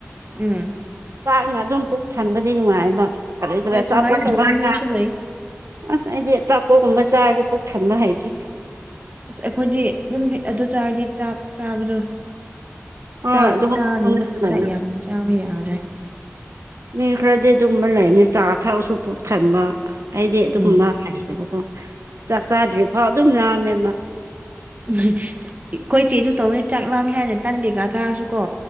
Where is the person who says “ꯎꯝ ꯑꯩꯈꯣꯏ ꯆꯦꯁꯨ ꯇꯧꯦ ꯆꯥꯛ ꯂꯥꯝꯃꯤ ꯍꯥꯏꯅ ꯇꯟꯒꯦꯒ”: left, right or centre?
Right